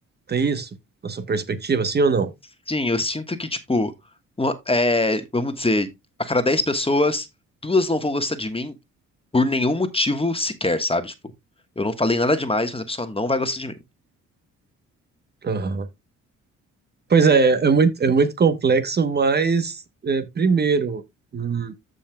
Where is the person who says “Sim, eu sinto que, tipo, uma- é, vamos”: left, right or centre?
Left